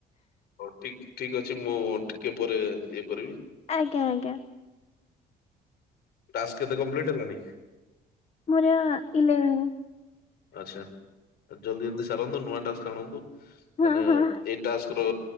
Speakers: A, on the left; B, on the left.
A: ହଉ ଠିକ୍ ଠିକ୍ ଅଛି ମୁଁ ଟିକେ ପରେ ଇଏ କରିବି।
B: ଆଜ୍ଞା ଆଜ୍ଞା।
A: ଟାସ୍କ କେତେ କମ୍ପ୍ଲିଟ୍ ହେଲାଣି?
B: ମୋର ଇଲେଭେନ୍।
A: ଆଚ୍ଛା। ଜଲ୍ଦି ଜଲ୍ଦି ସାରନ୍ତୁ ନୂଆ ଟାସ୍କ ଆଣନ୍ତୁ। କାହିଁକି
B: ହଁ
A: ନା
B: ହଁ।
A: ଏଇ ଟାସ୍କ ର